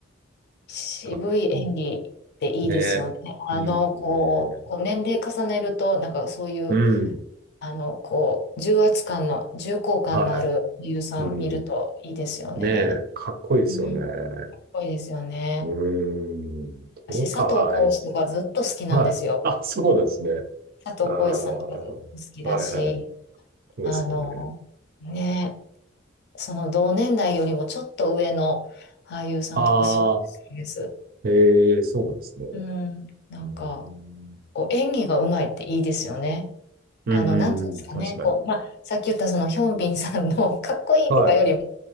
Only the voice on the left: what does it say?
渋い演技っていいですよね。
あの、
こう、こう年齢重ねると、なんかそういう、
あの、こう、重圧感の、重厚感のある俳優さん見るといいですよね。
うん、す
ごいですよね。
私、
佐藤浩市とかずっと好きなんですよ。
佐藤浩市さんとか好きだし、
あの、ね、その同年代よりもちょっと上の俳優さんとかすごい好きです。
うん、なんか、
こう演技がうまいっていいですよね。
あの、なんていうんですかね、
こう、まあ、さっき言ったそのヒョンビンさんの <laughs> かっこいいとかよりも、